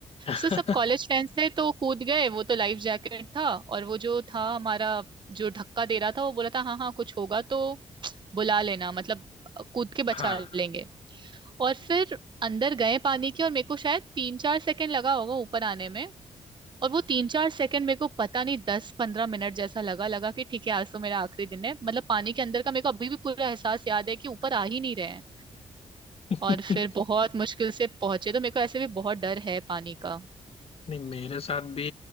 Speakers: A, on the left (about 55°); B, on the right (about 40°).
A: हम्म।
B: सो सब कॉलेज फ्रेंड्स थे तो कूद गए वो तो लाइफ जैकेट था और वो जो था हमारा जो धक्का दे रहा था वो बोला था हाँ हाँ कुछ होगा तो बुला लेना मतलब कूद के बचा
A: <laughs> हाँ
B: लेंगे और फिर अंदर गए पानी के और मेरे को शायद तीन चार सेकंड लगा होगा ऊपर आने में और वो तीन चार सेकंड मेरे को पता नहीं दस पंद्रह मिनट जैसा लगा लगा कि ठीक है आज तो मेरा आखिरी दिन है मतलब पानी के अंदर का मेरे को अभी भी पूरा एहसास याद है कि ऊपर आ ही नहीं रहे हैं
A: हम्म
B: और फिर
A: <laughs>
B: बहुत मुश्किल से पहुंचे तो मेरे को ऐसे भी बहुत डर है पानी का
A: नहीं मेरे साथ भी